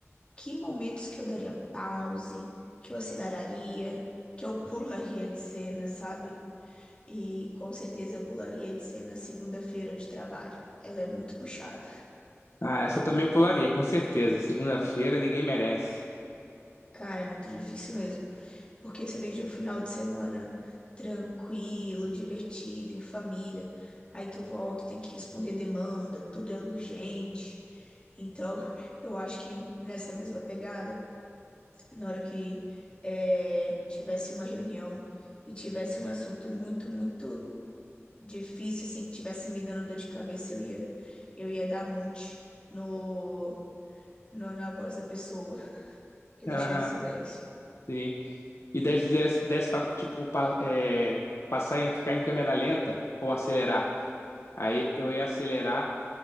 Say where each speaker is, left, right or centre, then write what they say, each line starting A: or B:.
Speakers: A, on the left (about 20°); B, on the left (about 65°).
A: que momentos que eu daria pause, que eu aceleraria, que eu <laughs> pularia de cena, sabe? E com certeza eu pularia de cena segunda-feira de trabalho. Ela é muito puxada.
B: Ah, essa eu também pularia, com certeza. Segunda-feira ninguém merece. <laughs>
A: Cara, é muito difícil mesmo. Porque você vem de um final de semana tranquilo, divertido, em família. Aí tu volta, tem que responder demanda, tudo é urgente. Então, <laughs> eu acho que nessa mesma pegada, na hora que é, tivesse uma reunião e tivesse um assunto muito, muito difícil, assim, que tivesse me dando dor de cabeça, eu ia, eu ia dar mute no, no, na voz da pessoa <laughs> e deixar
B: Ah,
A: em silêncio.
B: sim. E desse, desse, desse pra, tipo, pa- é, passar em ficar em câmera lenta ou acelerar. Aí eu ia acelerar,